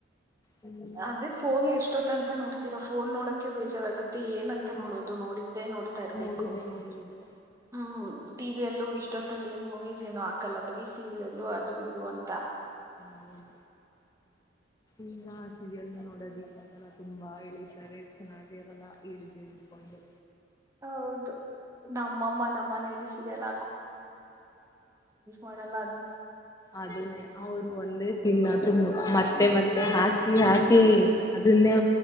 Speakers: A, on the left; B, on the right.
A: ಹ್ಮ್
B: ಅದೇ ಫೋನ್ ಎಷ್ಟ ಹೊತ್ ಅಂತ ನೋಡ್ತೀರಾ ಫೋನ್ ನೋಡಕೆ ಬೇಜಾರಾಗುತ್ತೆ ಏನಂತ
A: ಹಾ
B: ನೋಡೋದು ನೋಡಿ ನೋಡ್ತಾ ಇಬೇಕ
A: ನೋಡಿದ್ದೆ ನೋಡುದು
B: ಹ್ಮ ಟಲ್ಲೂ ಇ ೀಸ್ಏನನು ಹಾಕಲ್ಲ ಬೀಸ ಎಲ್ಲೂ ಅದು ಇದು ಅಂತ ತಾ
A: ಹೌದು ಈಗ ಆ ಸೀರಿಯಲ್ ನೋಡೋದಿಕ್ಕಾಗಲ್ಲ ತುಂಬಾ ಎಳಿತಾರೆ ಚೆನ್ನಾಗಿರಲ್ಲ ಇಳ್ದು ಇಳ್ಕೊಂಡು
B: ಹೌದು ನಮ್ಮಮ್ಮ ನಮ್ಮ ಮನೇಲಿ ಸೀರಿಯಲ್ ಒಲ್ಲ
A: ಅದನ್ನೇ ಅವ್ರು ಒಂದೇ ಸೀನ್ ತುಂಬ ಮತ್ತೆ ಮತ್ತೆ ಮತ್ತೆ ಹಾಕಿ ಹಾಕಿ ಅದನ್ನೇ